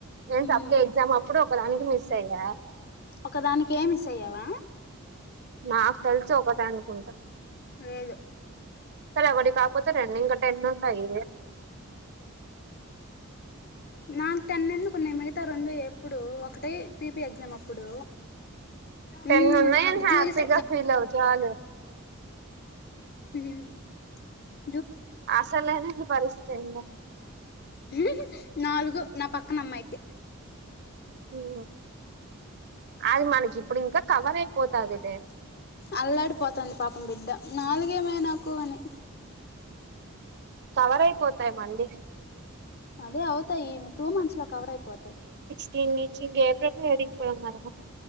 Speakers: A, on the right; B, on the left.
A: నేను
B: ఉమ్
A: సప్ల ఎగ్జామ్ అప్పుడు ఒకదానికి మిస్ అయ్యా.
B: ఒక దానికే మిస్ అయ్యావా.
A: నాకు తెలుసు ఒకట అనుకుంటా
B: లేదు
A: సరే ఒకటి కాకపోతే రెండ్ ఇంకా టెన్ ఉంటాయి.
B: నాకు టెన్ ఎందుకున్నా మిగతా రెండు ఎప్పుడు ఒకటే పిపి ఎగ్జామ్ అప్పుడు
A: టెన్
B: ఉమ్
A: ఉన్నా నేను
B: ఒకటి
A: హ్యాపీగా
B: జూరిస్
A: ఫీల్ అవ చాల
B: హు
A: ఆసలేనే పరిస్థితి ఇగ
B: హు హు నాలుగు నా పక్కన అమ్మాయికి
A: హ్మ్ ఆదిమానకి ఇప్పుడు ఇంకా కవరైపోతదిలే.
B: అల్లాడిపోతాంది పాపం బిడ్డ నాలుగేనె నాకు అని.
A: సవరయిపోతాయి మళ్ళీ
B: అదే అవుతా ఈ టూ మంత్స్ ల కవరైపోతయ్
A: త నుంచి ఇం ఏపల్ అడికిపోవ మనం